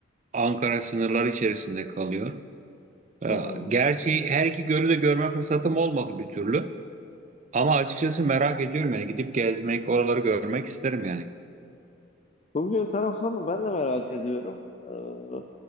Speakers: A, on the right; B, on the left.
A: Ankara sınırları içerisinde kalıyor. E,
B: Hı hı.
A: Gerçi her iki gölü de görme fırsatım olmadı bir türlü. Ama açıkçası merak ediyorum yani gidip gezmek, oraları görmek isterim yani.
B: Bugün taraflarını ben de merak ediyorum. Ee,